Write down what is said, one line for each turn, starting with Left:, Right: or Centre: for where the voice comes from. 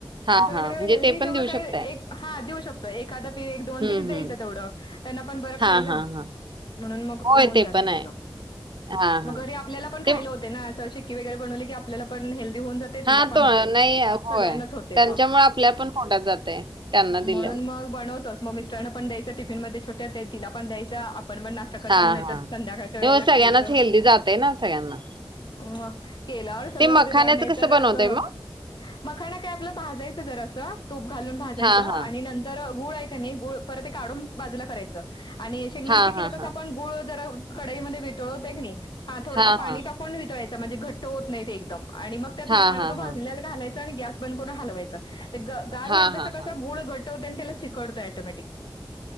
Right: हां,
Left: असं वगैरे
Right: हां. म्हणजे
Left: हेल्दी
Right: ते पण
Left: जेवढ
Right: देऊ
Left: काही
Right: शकताय.
Left: एक हा देऊ शक तर एखादा पीस दोन
Right: हं,
Left: पीस द्यायचं.
Right: हं.
Left: तेवढ त्यांना पण बरं
Right: हां,
Left: खायला
Right: हां,
Left: म्हणून
Right: हां.
Left: मग
Right: होय,
Left: होऊन
Right: ते
Left: जाते.
Right: पण
Left: त्यातन.
Right: आहे. हां,
Left: मग
Right: हां.
Left: घरी आपल्याला पण
Right: ते
Left: खायला होते ना चीक्की वगैरे बनवली की आपल्या पण हेल्थ होऊन जातय
Right: हां,
Left: तिला पण
Right: तो
Left: होते
Right: नाही होय.
Left: सगळ्यांनाच होतय
Right: त्यांच्यामुळे
Left: मग
Right: आपल्या पण पोटात जातंय, त्यांना
Left: म्हणून.
Right: दिल्यावर.
Left: मग बनवतो मग मिस्टरांना पण द्यायच टिफिन मध्ये छोट्या तिला पण द्यायचं. आपण पण नाश्ता करताना
Right: हां,
Left: नाही
Right: हां.
Left: तर संध्याकाळच्या वेळेला
Right: हो, सगळ्यांनाच
Left: खायचं.
Right: हेल्दी जातंय ना सगळ्यांना.
Left: अ केल्यावर सगळ
Right: ते मखाण्याचं
Left: होतयं बघा नाही
Right: कसं
Left: तर
Right: बनवताय
Left: असं.
Right: मग?
Left: मखाना काय आपला भाजायचं जरासं तूप घालून भाजायचं
Right: हां, हां.
Left: आणि नंतर गुळ आहे का नाही गुळ परत ते काढून बाजूला करायचं. आणि शेंगदाचे
Right: हां,
Left: चिक्कीला
Right: हां,
Left: कसं
Right: हां.
Left: आपण गुळ जरा कडाईमध्ये वितळवतोय की नई हा थोडसं
Right: हां,
Left: पाणी
Right: हां.
Left: टाकून वितळायचं. म्हंजे घट्ट होत नाही ते एकदम आणि मगं त्यात
Right: हां,
Left: मखाना
Right: हां,
Left: तो भाजलेला
Right: हां.
Left: घालायचा आणि गॅस बंद करून हलवायच ते गार
Right: हां,
Left: होईल तस
Right: हां,
Left: कस
Right: हां.
Left: गुळ घट होतय आणि त्याला चिकटतोय त्याला ऍटोमॅटिक.